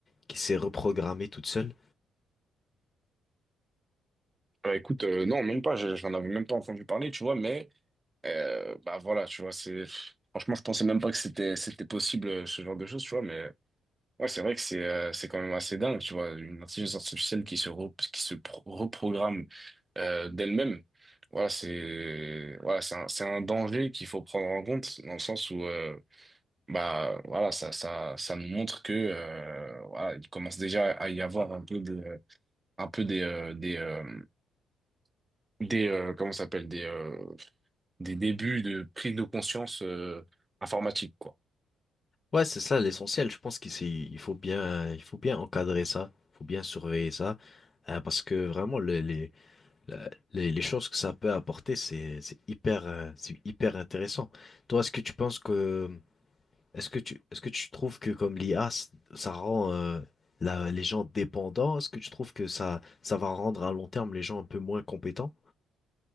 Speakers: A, on the left; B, on the right.
A: qui s'est reprogrammée toute seule.
B: Bah, écoute, euh, non, même pas, je- j'en avais même pas entendu parler, tu vois, mais euh, bah voilà, tu vois, c'est. Franchement, je pensais même pas que c'était c'était possible euh, ce genre de choses, tu vois, mais Ouais, c'est vrai que c'est euh, c'est quand même assez dingue, tu vois, une intelligence artificielle qui se re- qui se pro- reprogramme euh, d'elle-même. Voilà, c'est voilà, c'est un, c'est un danger qu'il faut prendre en compte dans le sens où euh, bah voilà, ça ça ça nous montre que euh, voilà, il commence déjà à y avoir un peu de un peu des euh, des euh, des euh, comment ça s'appelle des euh, des débuts de prise de conscience euh, informatique quoi.
A: Ouais, c'est ça l'essentiel. Je pense qu'il s'est- il faut bien, il faut bien encadrer ça, il faut bien surveiller ça, euh, parce que vraiment les, les, la- les, les choses que ça peut apporter, c'est, c'est hyper, euh, c'est hyper intéressant. Toi, est-ce que tu penses que Est-ce que tu, est-ce que tu trouves que comme l'IA, s- ça rend euh, la- les gens dépendants? Est-ce que tu trouves que ça, ça va rendre à long terme les gens un peu moins compétents?